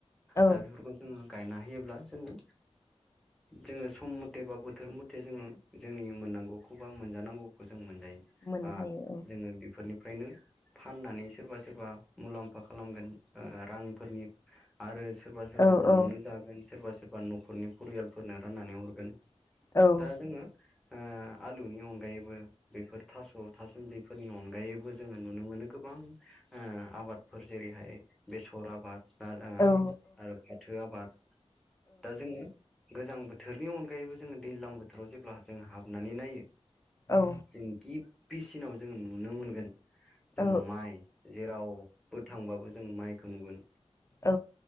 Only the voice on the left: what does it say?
औ
मोननो
हायो औ
औ
औ
औ
औ औ
औ
औ
औ